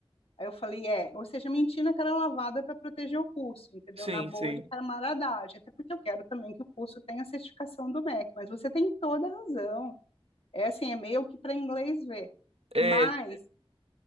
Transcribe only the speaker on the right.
sim,
sim.
É,